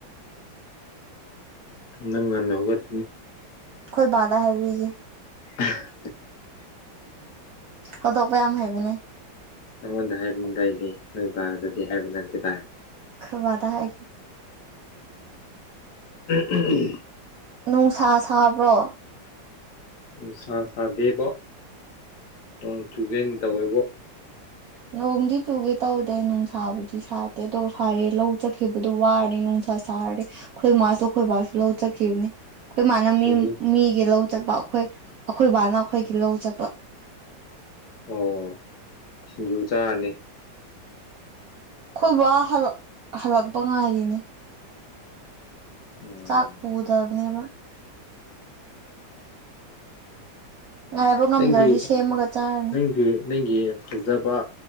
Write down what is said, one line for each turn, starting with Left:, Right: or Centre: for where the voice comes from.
Left: ꯅꯪ ꯉꯟꯅ ꯍꯧꯒꯠ
Right: ꯈꯣꯏ ꯕꯥꯙꯥ ꯍꯥꯏꯕꯤꯌꯦ
Left: <unintelligible>
Right: ꯍꯧꯗꯣꯛꯄ ꯌꯥꯝ ꯍꯩꯕꯅꯦ
Left: ꯑꯩꯃ ꯎ ꯅꯣꯏꯕꯗꯗꯤ ꯍꯥꯏꯕ ꯅꯠꯇꯦ ꯇꯔꯦ
Right: ꯈꯕꯗ ꯍꯥꯏꯒ
Left: ꯎꯝ ꯎꯝ ꯎꯝ
Right: ꯅꯨꯡ ꯁꯥ ꯁꯥꯕ꯭ꯔꯣ
Left: ꯅꯨꯡꯁꯥ ꯁꯥꯗꯦꯕ ꯅꯣꯡ ꯆꯨꯒꯦꯅ ꯇꯧꯋꯦꯕ
Right: ꯅꯣꯡꯗꯤ ꯆꯨꯒꯦ ꯇꯧꯗꯦ ꯅꯨꯡꯁꯥꯕꯨꯗꯤ ꯁꯥꯠꯇꯦ ꯑꯗꯣ ꯐꯔꯦ ꯂꯧ ꯆꯠꯈꯤꯕꯗꯣ ꯋꯥꯔꯅꯤ ꯅꯨꯡꯁꯥ ꯁꯥꯔꯦ ꯑꯩꯈꯣꯏ ꯃꯥꯁꯨ ꯑꯩꯈꯣꯏꯕꯥꯁꯨ ꯂꯧ ꯆꯠꯈꯤꯕꯅꯤ ꯑꯩꯈꯣꯏ ꯃꯥꯅ
Left: ꯁꯤꯡꯖꯨ
Right: ꯃꯤ ꯃꯤꯒꯤ ꯂꯧ ꯆꯠꯄ ꯑꯩꯈꯣꯏ ꯑꯩꯈꯣꯏ ꯕꯥꯅ ꯑꯩꯈꯣꯏꯒꯤ ꯂꯧ ꯆꯠꯄ
Left: ꯑꯣ ꯁꯤꯡꯖꯨ ꯆꯥꯅꯤ
Right: ꯑꯩꯈꯣꯏꯕ ꯍꯜ ꯍꯜꯂꯛꯄ ꯉꯥꯏꯔꯤꯅꯦ
Left: ꯎꯝ
Right: ꯆꯥꯛ ꯄꯨꯗꯕꯅꯦꯕ ꯉꯥꯏꯕ ꯉꯝꯗ꯭ꯔꯗꯤ
Left: ꯅꯪꯒꯤ
Right: ꯁꯦꯝꯃꯒ ꯆꯥꯔꯅꯤ
Left: ꯅꯪꯒꯤ ꯅꯪꯒꯤ ꯐꯖꯕ